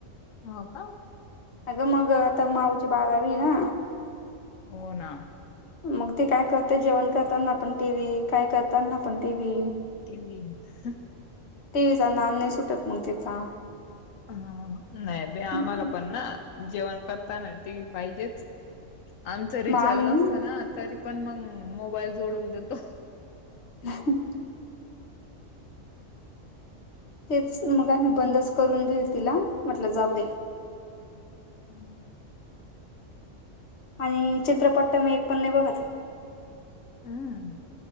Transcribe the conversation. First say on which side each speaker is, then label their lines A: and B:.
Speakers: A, on the left; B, on the left.
A: हो का
B: अगं मग आता माऊची बारावीय ना.
A: हो ना.
B: मग ती काय करते, जेवण करताना पण टी व्ही, काय करताना पण टीव्ही.
A: टीव्ही हं.
B: टीव्हीचा नांद नाही सुटत मग तिचा.
A: हा नाही बई
B: मग
A: आम्हाला पण ना, जेवण करताना टी व्ही पाहिजेच. आमच रिचार्ज
B: आम्ही
A: नसतो ना. तरी पण मग, मोबाईल जोडून देतो.
B: <unintelligible> तेच, मग आम्ही बंदच करून दिलं तिला. म्हटलं जाऊ दे.
A: हम्म.
B: आणि चित्रपट त मी एक पण नाही बघत
A: हम्म.